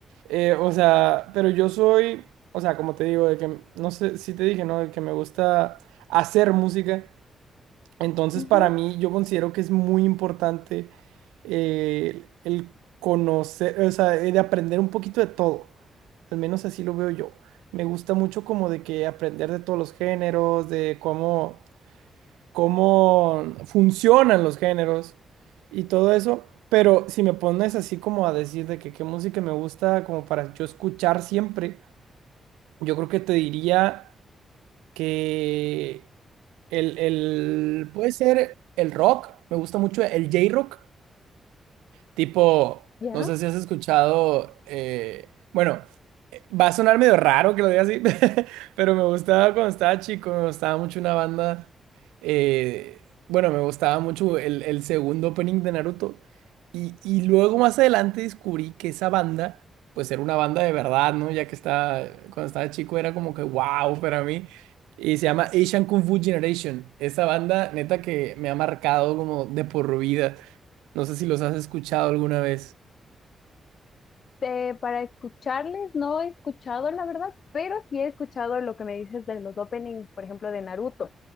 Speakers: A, on the right; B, on the left.
A: Eh, o sea, pero yo soy, o sea, como te digo, de que, no sé si te dije, ¿no? De que me gusta hacer música. Entonces,
B: Ujú.
A: para mí, yo considero que es muy importante eh, el conocer, o sea, de aprender un poquito de todo. Al menos así lo veo yo. Me gusta mucho como de que aprender de todos los géneros, de cómo, cómo funcionan los géneros y todo eso. Pero si me pones así como a decir de que qué música me gusta como para yo escuchar siempre, yo creo que te diría que el, el- puede ser el rock, me gusta mucho el J-Rock, Tipo,
B: ¿Ya?
A: no sé si has escuchado, eh, bueno, eh, va a sonar medio raro que lo diga así, <laughs> pero me gustaba cuando estaba chico, me gustaba mucho una banda, eh, bueno, me gustaba mucho el, el segundo opening de Naruto. Y, y luego más adelante descubrí que esa banda, pues era una banda de verdad, ¿no? Ya que estaba, cuando estaba chico era como que wow para mí. Y se llama Asian Kung Fu Generation. Esa banda, neta, que me ha marcado como de por vida. No sé si los has escuchado alguna vez.
B: Este, para escucharles, no he escuchado la verdad, pero sí he escuchado lo que me dices de los openings, por ejemplo, de Naruto.